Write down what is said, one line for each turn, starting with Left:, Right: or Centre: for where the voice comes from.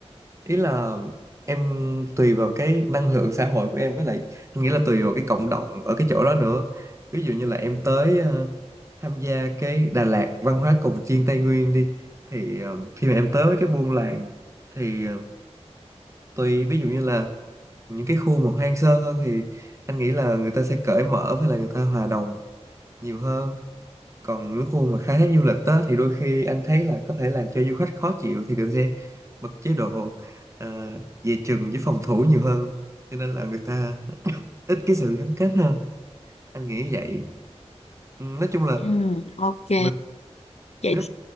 Right: ý là em tùy vào cái năng lượng xã hội của em với lại anh nghĩ là tùy vào cái cộng đồng ở cái chỗ đó nữa ví dụ như là em tới ờ, tham gia cái Đà Lạt văn hóa cồng chiêng Tây Nguyên đi thì ờ, khi mà em tới với cái buôn làng thì ờ, tùy ví dụ như là những cái khu mà hoang sơ hơn thì anh nghĩ là người ta sẽ cởi mở với là người ta hòa đồng nhiều hơn còn những khu mà khai thác du lịch đó thì đôi khi anh thấy là có thể làm cho du khách khó chịu thì người ta sẽ bật chế độ ờ, về chừng với phòng thủ nhiều hơn cho nên là người ta ít cái sự gắn kết hơn anh nghĩ vậy Ừ, nói chung là
Left: Ừ ok.
Right: mình
Left: Vậy
Right: nếu